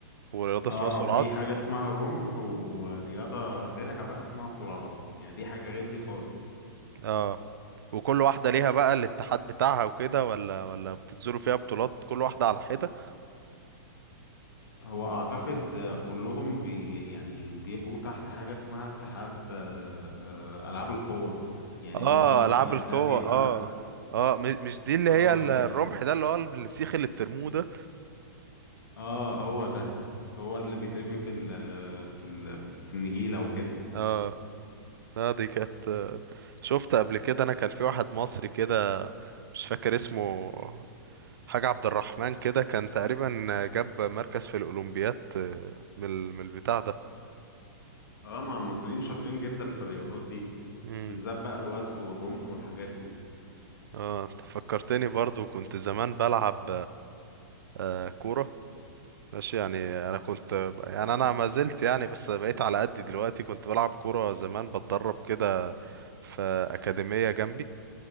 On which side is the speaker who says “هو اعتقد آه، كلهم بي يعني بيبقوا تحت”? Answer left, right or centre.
Left